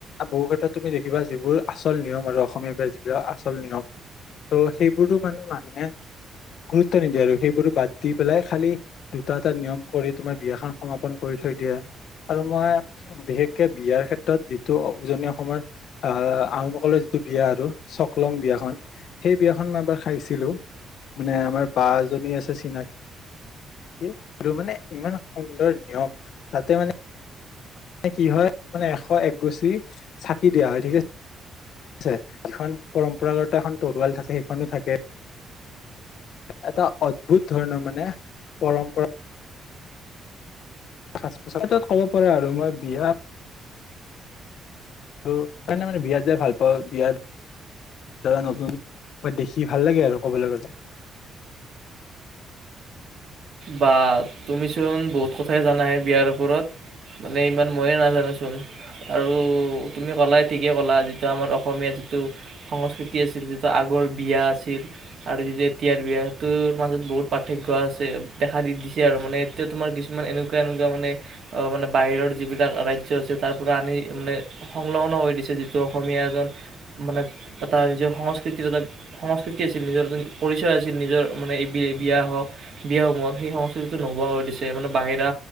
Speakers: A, on the left; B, on the right.
A: বহু ক্ষেত্ৰত তুমি দেখিবা যিবোৰ আচল নিয়ম আৰু অসমীয়াৰ পৰা যিবিলাক আচল নিয়ম ত সেইবোৰো মানে মানুহে গুৰুত্ব নিদিয়ে আৰু সেইবোৰ বাদ দি পেলাই খালি দুটা এটা নিয়ম কৰি তোমাৰ বিয়াখন সমাপন কৰি থৈ দিয়ে আৰু মই বিশেষকে বিয়াৰ ক্ষেত্ৰত। টো উজনী অসমৰ আহোমকলৰ যিটো বিয়া আৰু চকলং বিয়াখন সেই বিয়াখন মই এবাৰ খাইছিলো মানে আমাৰ বা এজনী আছে চিনাকি সেটো মানে ইমান সুন্দৰ নিয়ম তাতে মানে কি হয় মানে এশ একগুছি চাকি দিয়া হয় ঠিক আছে। ছে সিখন পৰম্পৰাগত এখন তৰুৱাল থাকে সেইখনো থাকে। এটা অদ্ভুত ধৰণৰ মানে পৰম্পৰা। সাজ পোছাক ক্ষেত্ৰত ক'ব পাৰো আৰু মই বিয়া আৰু এনেই মানে বিয়া চিয়া ভাল পাওঁ বিয়াৰ দাৰা নতুন দেখি ভাল লাগে আৰু ক'বলৈ গ'লে
B: বা তুমিচোন বহুত কথাই জানাহে বিয়াৰ ওপৰত মানে ইমান ময়ে নাজানোচোন আৰু তুমি ক'লা ঠিকেই ক'লা যিটো আমাৰ অসমীয়া যিটো সংস্কৃতি আছিল যিটো আগৰ বিয়া আছিল আৰু যিটো এতিয়াৰ বিয়া সেইটোৰ মাজত বহুত পাৰ্থক্য আছে দেখা দি দিছে আৰু মানে এতিয়া তোমাৰ কিছুমান এনেকুৱা এনেকুৱা মানে মানে বাহিৰৰ যিবিলাক ৰাজ্য আছে তাৰ পৰা আনি মানে সংলগ্ন কৰি দিছে যিটো অসমীয়া এজন মানে এটা নিজৰ সংস্কৃতিৰ এটা সংস্কৃতি আছিল নিজৰ এটা পৰিচয় আছিল নিজৰ মানে বিয়া হওক বিয়া হও সমত সেই সংস্কৃতিটো নোহোৱা হৈ দিছে মানে বাহিৰা